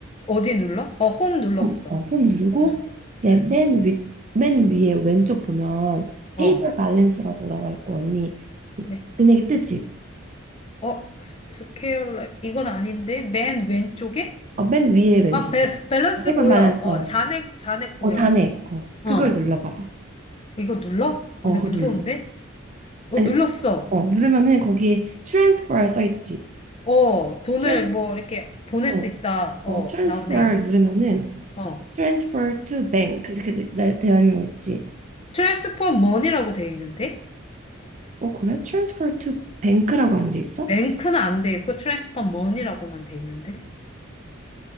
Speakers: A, on the left; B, on the right.
A: 어디 눌러? 어, 홈 눌렀어.
B: 홈, 어, 홈 누르고
A: 응,
B: 이제
A: 응,
B: 맨 위, 맨 위에 왼쪽 보면 페이퍼
A: 어.
B: 밸런스라고 나와 있고 언니 그
A: 매,
B: 금액이 뜨지?
A: 어, 스- 스케일러, 이건 아닌데? 맨 왼쪽에?
B: 어, 맨 위에 왼쪽에
A: 아, 밸, 밸런스
B: 어, 페이퍼
A: 보여.
B: 밸런스
A: 어,
B: 어,
A: 잔액, 잔액 보여.
B: 어 잔액 어
A: 어,
B: 그걸 눌러봐봐
A: 이거 눌러?
B: 어
A: 어, 근데
B: 그거
A: 무서운데?
B: 눌러
A: 어,
B: 아니
A: 눌렀어.
B: 어 누르면은 거기에 transfer 써 있지
A: 어, 돈을
B: 트랜스
A: 뭐 이렇게 보낼
B: 어,
A: 수 있다. 어,
B: 어 transfer
A: 나오네.
B: 누르면은
A: 어.
B: transfer to bank 이렇게 되- 되- 되어 있는 거 있지
A: 트랜스퍼 머니라고 돼 있는데?
B: 어 그래 transfer to bank라고 안돼 있어?
A: 뱅크는 안 돼 있고 트랜스퍼 머니라고만 돼 있는데?